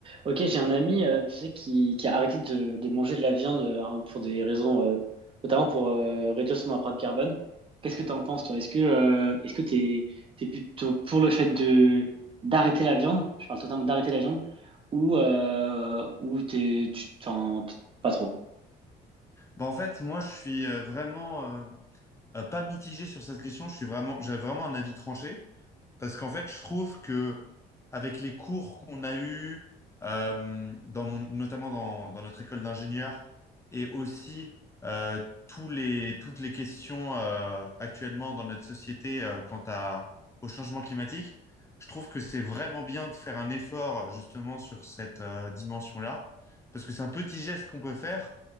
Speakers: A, on the right; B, on the left.
A: Ok, j'ai un ami, euh, tu sais, qui, qui a arrêté de, de manger de la viande euh, hein, pour des raisons, euh, notamment pour euh, réduire son empreinte carbone. Qu'est-ce que t'en penses, toi? Est-ce que euh, est-ce que t'es t'es plutôt pour le fait de d'arrêter la viande? Je parle totalement d'arrêter la viande, ou euh, ou t'es tu t'en- pas trop?
B: Bah, en fait, moi, je suis euh, vraiment euh, euh, pas mitigé sur cette question. Je suis vraiment, j'ai vraiment un avis tranché. Parce qu'en fait, je trouve que avec les cours qu'on a eus, euh, dans mon- notamment dans, dans notre école d'ingénieur, et aussi euh, tous les, toutes les questions euh, actuellement dans notre société euh, quant à, au changement climatique, je trouve que c'est vraiment bien de faire un effort justement sur cette euh, dimension-là, parce que c'est un petit geste qu'on peut faire.